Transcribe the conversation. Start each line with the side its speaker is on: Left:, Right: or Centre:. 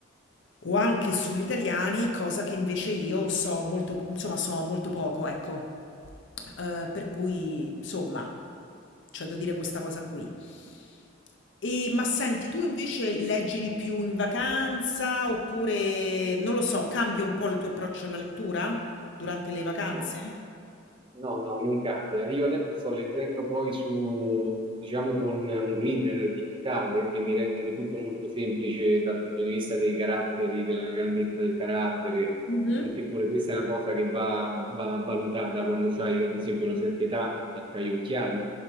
Left: o anche sugli italiani, cosa che invece io so molto, insomma, so molto poco, ecco. Eh, per cui, insomma, c'è da dire questa cosa qui. E, ma senti, tu invece leggi di più in vacanza oppure, non lo so, cambia un po' il tuo approccio alla lettura durante le vacanze?
Right: No, No, no, non cambia. Io adesso sto leggendo poi su, diciamo, con un reader digitale che mi rende tutto molto semplice dal punto di vista dei caratteri, della grandezza del carattere,
Left: Mhm,
Right: perché pure questa è una cosa che va, va valutata quando c'hai, ad esempio, una certa età e c'hai gli occhiali.